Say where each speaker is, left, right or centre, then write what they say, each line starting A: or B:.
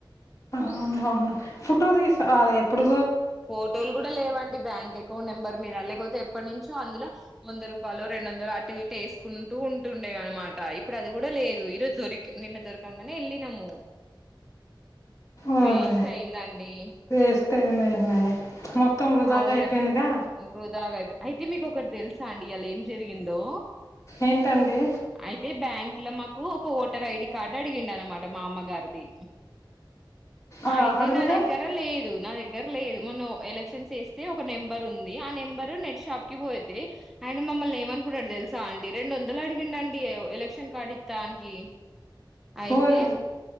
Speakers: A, on the left; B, in the centre.
A: అవును అవును ఫోటో తీస్ అ ఎప్పుడు
B: ఫోటోలు కూడా లేవండి బ్యాంక్ ఎ కౌంట్ నెంబర్ మీద లేకపోతే ఎప్పట్నుంచో అందులో వంద రూపాలో రెండు వందలు అటు ఇటు ఏస్కుంటూ ఉంటుండే అన్నమాట ఇప్పుడు అది గుడా లేదు ఈరోజు దొరి నిన్న దొరకంగనే వెళ్ళినము
A: అవును
B: వేస్ట్ అయిందండి.
A: వేస్ట్ <unintelligible>
B: అవునండి
A: అయిపోయిందిగా
B: వృదాగా అయిపో అయితే మీకు ఒకట్ తెల్సా అండి ఇయల జరిగిందో
A: ఏంటండి
B: అయితే బ్యాంక్ల మాకు ఒక టర్ ఐడి కార్డ్ అడిగిండన్నమాట మా అమ్మగార్ది
A: ఆ
B: అయితే
A: అడుగుతే
B: నా దగ్గర లేదు నా దగ్గ దగ్గర లేదు మొన్న ఒ ఎలక్షన్స్ చేస్తే ఒక నెంబర్ ఉంది. ఆ నెంబర్ నెట్ షాప్కి పోతే ఆయన మమ్మల్ని ఏమనుకుంన్నడ్ తెల్సా అండి రెండు వందలు అడిగిండండి ఎలక్షన్ కార్డు ఇస్తానికి అయితే
A: ఓరు